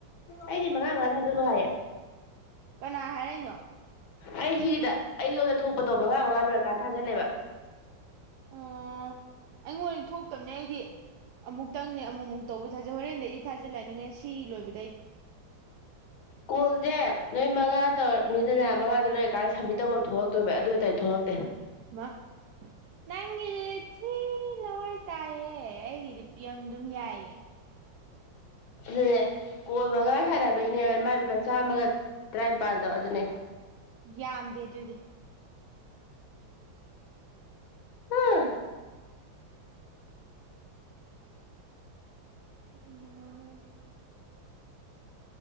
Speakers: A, on the left (about 80°); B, on the right (about 70°).
A: ꯑꯩꯗꯤ ꯃꯉꯥ ꯃꯉꯥ ꯊꯥꯖꯜꯂꯣ ꯍꯥꯏꯌꯦ
B: ꯀꯅꯥ ꯍꯥꯏꯔꯛꯏꯅꯣ
A: ꯑꯩ ꯁꯤꯒꯤꯗ ꯑꯩꯉꯣꯟꯗ ꯊꯣꯛꯄꯗꯣ ꯃꯉꯥ ꯃꯉꯥ ꯂꯣꯏꯔꯀꯥꯟꯗ ꯊꯥꯖꯤꯜꯂꯦꯕ
B: ꯑꯣ ꯑꯩꯉꯣꯟꯗ ꯊꯣꯛꯇꯕꯅꯦ ꯑꯩꯗꯤ ꯑꯃꯨꯛꯇꯪꯅꯦ ꯑꯃꯨꯛꯃꯨꯛ ꯇꯧꯕ ꯊꯥꯖ ꯍꯣꯔꯦꯟꯗꯩꯗꯤ ꯊꯥꯖꯤꯜꯂꯛꯅꯤꯡꯉꯦ ꯁꯤ ꯂꯣꯏꯕ
A: ꯀꯣꯜꯁꯦ ꯅꯣꯏ ꯃꯉꯥ ꯇꯧꯔꯅꯤꯗꯅ ꯃꯉꯥꯗ ꯂꯩꯔ ꯀꯥꯏꯔ ꯁꯝꯕꯤ ꯇꯕ ꯑꯃ ꯊꯣꯛꯂꯛꯇꯣꯏꯕ ꯑꯗꯨ ꯑꯣꯏꯇꯥꯗꯤ ꯊꯣꯛꯂꯛꯇ
B: ꯃꯥ ꯅ ꯊꯤꯂ ꯇꯥꯏꯌꯦ ꯑꯩꯒꯤꯗꯤ ꯄꯤꯝ ꯑꯗꯨꯝ ꯌꯥꯏꯌꯦ
A: ꯑꯗꯨꯅꯦ ꯀꯣ ꯃꯉꯥ ꯁꯥꯟꯅꯕꯩꯅꯦ ꯃꯥ ꯃꯆꯥꯥꯝꯃꯒ ꯇꯔꯥꯅꯤꯄꯥꯜꯗꯣ ꯑꯗꯨꯅꯦ
B: ꯌꯥꯝꯗꯦ ꯑꯗꯨꯗꯤ
A: ꯎꯥ
B: ꯀꯅꯉꯅ